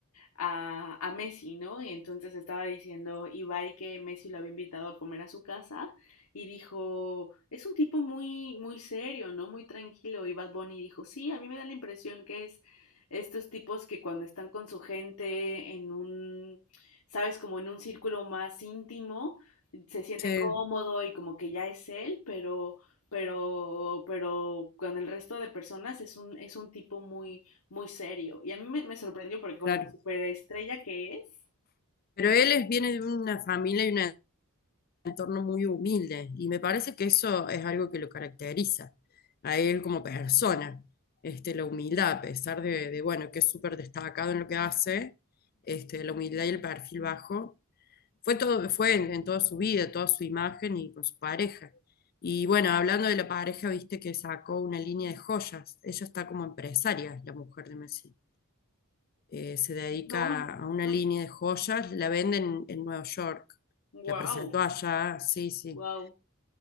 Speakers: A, on the left; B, on the left.
A: a, a Messi, ¿no? Y entonces estaba diciendo Ibai que Messi lo había invitado a comer a su casa y dijo, es un tipo muy, muy serio, ¿no? Muy tranquilo. Y Bad Bunny dijo, sí, a mí me da la impresión que es estos tipos que cuando están con su gente en un, sabes, como en un círculo más íntimo, se siente
B: sí,
A: cómodo y como que ya es él, pero, pero, pero con el resto de personas es un, es un tipo muy, muy serio. Y a mí me, me sorprendió porque con
B: claro.
A: lo superestrella que es,
B: Pero él es- viene de una familia y una entorno muy humilde y me parece que eso es algo que lo caracteriza a él como persona, este, la humildad, a pesar de, de, bueno, que es súper destacado en lo que hace, este, la humildad y el perfil bajo, fue todo, fue en, en toda su vida, toda su imagen y con su pareja. Y bueno, hablando de la pareja, viste que sacó una línea de joyas, ella está como empresaria, la mujer de Messi. Eh, se dedica
A: no,
B: a una
A: no,
B: línea de joyas, la venden en, en Nueva York.
A: wow,
B: La presentó allá, sí, sí.
A: wow,